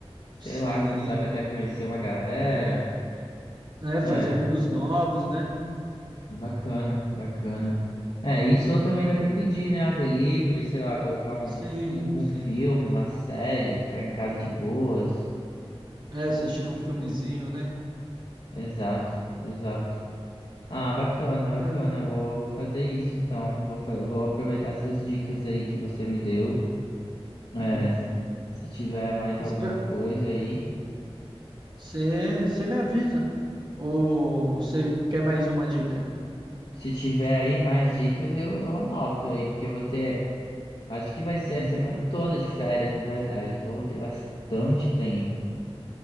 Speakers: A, on the left; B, on the right.
A: Sei
B: Sim.
A: lá, quem sabe até conhecer uma galera.
B: É,
A: É.
B: fazer amigos novos, né?
A: Bacana, bacana. É, isso ou também
B: Hum.
A: dá pra pedir, né? Um delivery, sei lá, colocar um,
B: Sim,
A: um
B: sim.
A: filme, uma série, ficar em casa de boas.
B: É, assistindo um filmezinho, né?
A: Exato, exato. Ah, bacana, bacana.
B: Hum.
A: Vou, vou fazer isso então. Vou, fa- vou aproveitar essas dicas aí que você me deu. É,
B: Hum.
A: se tiver mais
B: Espe-
A: alguma coisa aí.
B: Você você me avisa. Ou você quer mais uma dica?
A: Se tiver aí mais dicas, eu, eu anoto aí, porque eu vou ter. Acho que vai ser
B: Hum.
A: a semana toda de férias, na verdade. Então eu vou ter bastante tempo.